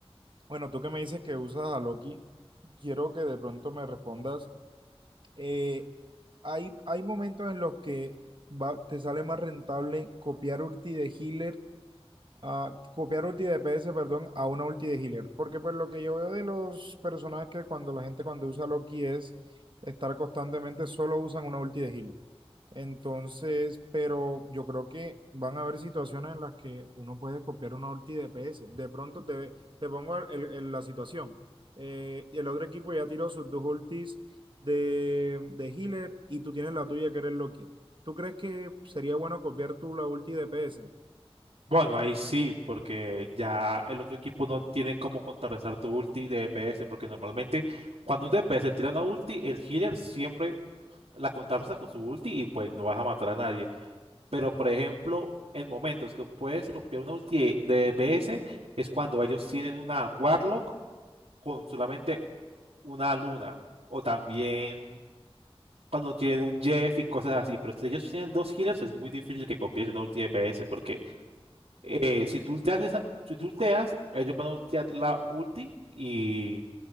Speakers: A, on the right; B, on the right.
A: bueno, tú que me dices que usas a Loki, quiero que de pronto me respondas. eh, hay, hay momentos en los que va- te sale más rentable copiar ulti de healer, a, copiar ulti de D P S, perdón, a una ulti de healer. Porque pues lo que yo veo de los personajes que cuando la gente cuando usa Loki es estar constantemente, solo usan una ulti de healer. Entonces, pero yo creo que van a haber situaciones en las que uno puede copiar una ulti de PS. De pronto te, ve- te pongo el- el- la situación. Eh, y el otro equipo ya tiró sus dos ultis de, de healer y tú tienes la tuya que eres Loki. ¿Tú crees que sería bueno copiar tú la ulti de PS?
B: Bueno, ahí sí, porque ya el otro equipo no tiene cómo contrarrestar tu ulti de DPS, porque normalmente cuando un DPS tira una ulti, el healer siempre la contrarresta con su ulti y pues no vas a matar a nadie. Pero, por ejemplo, en momentos que puedes copiar una ulti de DPS es cuando ellos tienen una Warlock con solamente una luna. O también cuando tienen un Jeff y cosas así. Pero si ellos tienen dos healers, es muy difícil que copies una ulti de DPS porque eh, si tú ulteas, esa- si tú ulteas, ellos van a ultear la ulti y